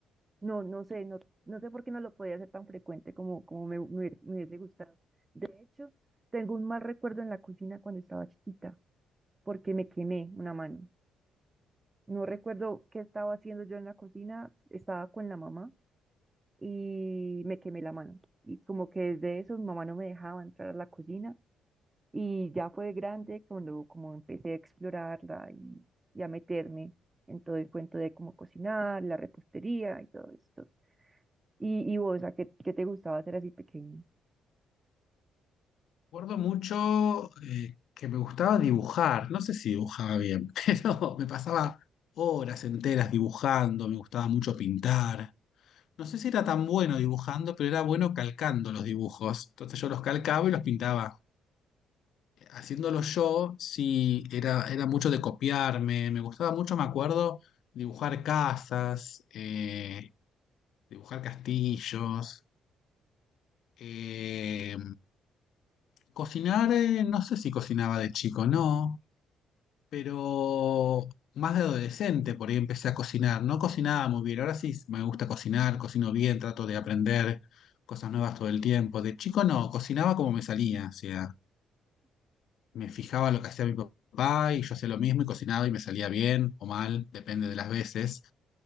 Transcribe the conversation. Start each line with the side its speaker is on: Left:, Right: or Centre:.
Right: no, no sé, no, no sé por qué no lo podía hacer tan frecuente como, como me, me hubiera- me hubiese gustado. De hecho, tengo un mal recuerdo en la cocina cuando estaba chiquita, porque me quemé una mano. No recuerdo qué estaba haciendo yo en la cocina, estaba con la mamá y me quemé la mano. Y como que desde eso mi mamá no me dejaba entrar a la cocina y ya fue grande cuando como empecé a explorarla y, y a meterme en todo el cuento de cómo cocinar, la repostería y todo esto. ¿Y, y vos, a qué, qué te gustaba hacer así pequeño?
Left: Recuerdo mucho eh, que me gustaba dibujar, no sé si dibujaba bien, <laughs> pero me pasaba horas enteras dibujando, me gustaba mucho pintar. No sé si era tan bueno dibujando, pero era bueno calcando los dibujos. Entonces yo los calcaba y los pintaba. haciéndolo yo, sí, era, era mucho de copiarme, me gustaba mucho, me acuerdo, dibujar casas, eh, dibujar castillos, eh, cocinar, eh, no sé si cocinaba de chico, no. pero más de adolescente por ahí empecé a cocinar. No cocinaba muy bien, ahora sí me gusta cocinar, cocino bien, trato de aprender cosas nuevas todo el tiempo. De chico no, cocinaba como me salía, o sea, me fijaba lo que hacía mi papá y yo hacía lo mismo y cocinaba y me salía bien o mal, depende de las veces.